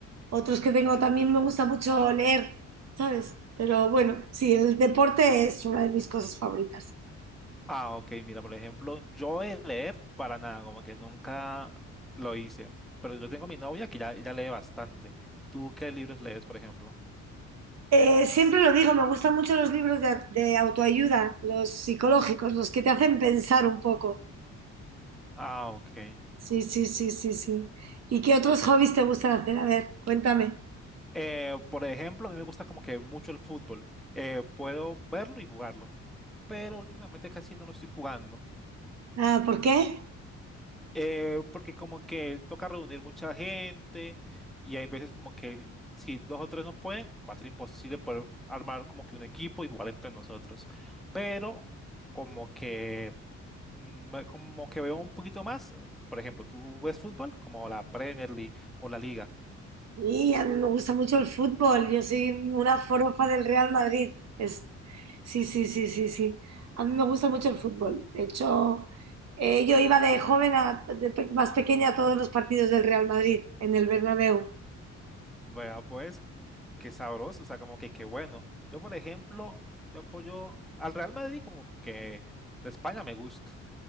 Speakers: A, on the right; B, in the centre.
A: otros que tengo también me gusta mucho leer, ¿sabes? Pero bueno, sí, el deporte es una de mis cosas favoritas.
B: Ah, ok, mira, por ejemplo, yo de leer para nada, como que nunca lo hice, pero yo tengo mi novia que ya, ya lee bastante. ¿Tú qué libros lees, por ejemplo?
A: Eh, siempre lo digo, me gustan mucho los libros de, de autoayuda, los psicológicos, los que te hacen pensar un poco.
B: Ah, ok.
A: Sí, sí, sí, sí, sí. ¿Y qué otros hobbies te gustan hacer? A ver, cuéntame.
B: Eh, por ejemplo, a mí me gusta como que mucho el fútbol. Eh, puedo verlo y jugarlo, pero últimamente casi no lo estoy jugando.
A: Ah, ¿por qué?
B: Eh, porque como que toca reunir mucha gente y hay veces como que si dos o tres no pueden, va a ser imposible poder armar como que un equipo y jugar entre nosotros. Pero como que mm, me- como que veo un poquito más, por ejemplo, ¿tú ves fútbol? Como la Premier League o la Liga.
A: Y a mí me gusta mucho el fútbol. Yo soy una forofa del Real Madrid. Es... Sí, sí, sí, sí, sí. A mí me gusta mucho el fútbol. De hecho, eh, yo iba de joven a, de pe- más pequeña a todos los partidos del Real Madrid en el Bernabéu.
B: Vea, pues, mm, qué sabroso, o sea, como que qué bueno. Yo, por ejemplo, yo apoyo al Real Madrid como que de España me gusta,